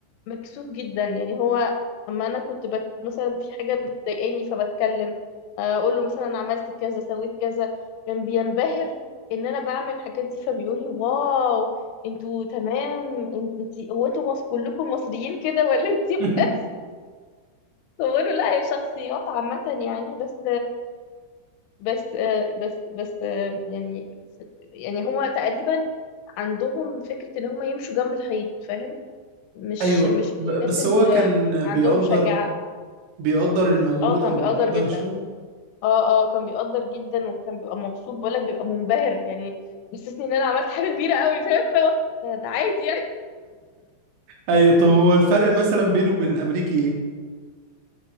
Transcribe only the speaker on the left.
مكسوف جدا يعني هو اما انا كنت بت مثلا في حاجه بتضايقاني فبتكلم آه، اقول له مثلا عملت كذا سويت كذا كان بينبهر ان انا بعمل الحاجات دي فبيقول لي واو انتوا تمام انت انت- هو انتوا مص- كلكم مصريين كده ولا انت بس؟
بقول له لا هي شخصيات عامة يعني بس بس بس بس يعني يعني هما تقريبا عندهم فكرة ان هما يمشوا جنب الحيط فاهم مش
مش
من الناس
اللي
اللي عندهم
شجاعة
اه كان
بيقدر
جدا
اه اه كان بيقدر جدا وكان بيبقى مبسوط بقولك بيبقى منبهر يعني بيحسسني ان انا عملت حاجة كبيرة قوي فاهم اللي هو ده ده عادي يعني